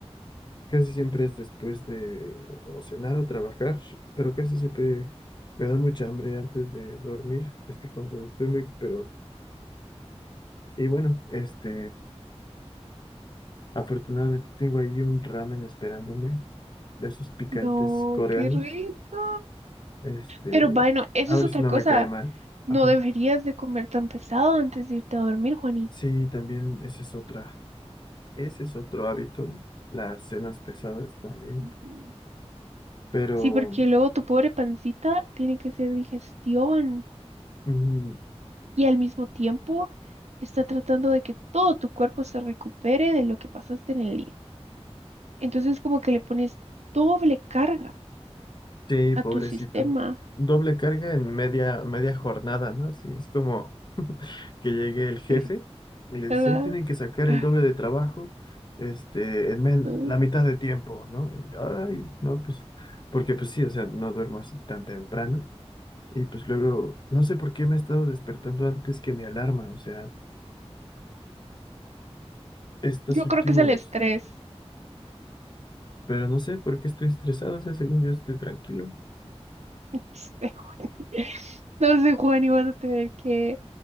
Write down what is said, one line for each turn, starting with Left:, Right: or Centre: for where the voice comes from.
Left: Casi siempre es después de o cenar o trabajar, pero casi siempre me da mucha hambre antes de dormir. Es que cuando estoy muy, pero, y bueno, este, afortunadamente tengo ahí un ramen esperándome de esos picantes
Right: No,
Left: coreanos.
Right: qué rico.
Left: Este,
Right: Pero bueno, eso
Left: a
Right: es
Left: ver
Right: otra
Left: si no
Right: cosa.
Left: me cae mal.
Right: No
Left: Ajá.
Right: deberías de comer tan pesado antes de irte a dormir, Juani.
Left: Sí, también esa es otra, ese es otro hábito, las cenas pesadas también,
Right: Ujú.
Left: pero.
Right: Sí, porque luego tu pobre pancita tiene que hacer digestión
Left: ujú,
Right: y al mismo tiempo está tratando de que todo tu cuerpo se recupere de lo que pasaste en el día. Entonces como que le pones doble carga
Left: Sí,
Right: a
Left: pobrecito.
Right: tu sistema,
Left: Doble carga en media, media jornada, ¿no? Así es como que llegue el jefe
Right: <laughs>
Left: y le
Right: ¿verdad?
Left: dice, hoy tienen que sacar el
Right: Ay,
Left: doble de trabajo, este, en men-
Right: mm.
Left: la mitad de tiempo, ¿no? Y, Ay, no, pues, porque pues sí, o sea, no duermo así tan temprano. Y pues luego, no sé por qué me he estado despertando antes que mi alarma, o sea, estas
Right: Yo
Left: últimas,
Right: creo que es el estrés.
Left: pero no sé por qué estoy estresado, o sea, según yo estoy tranquilo.
Right: sé, Juani. <laughs> No sé, Juani, vas a tener que